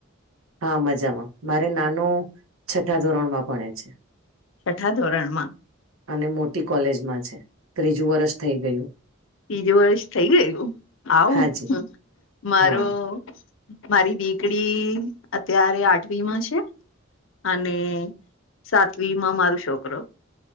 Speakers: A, on the right; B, on the left.
A: હા મજામાં મારે નાનું છઠ્ઠા ધોરણ માં ભણે છે.
B: છઠા ધોરણમાં.
A: અને મોટી કોલેજમાં છે, ત્રીજું વરષ થઈ ગયું.
B: બીજું વર્ષ થઈ ગયું આવું
A: હાજી
B: મારો.
A: હા
B: મારી દીકડી અત્યારે આઠવી માં છે. અને સાતવી માં મારો છોકરો.